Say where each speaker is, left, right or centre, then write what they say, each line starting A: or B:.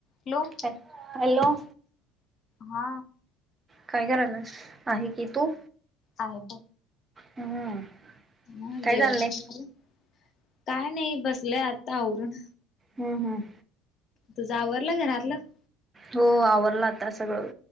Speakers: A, on the left (about 50°); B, on the right (about 25°).
A: Hello
B: हऽऽहॅलो,,
A: हा
B: काय करायल्यास,, आहे कि तू..
A: आहेेत..
B: हम्म..
A: म
B: काय
A: जेवण
B: चाललंय
A: तेन झालं,, काय नाही बसलंय आता आवरून..
B: हम्म, हम्म..
A: तुझ आवरला घरातलं.
B: हो, आवरलं आता सगळं..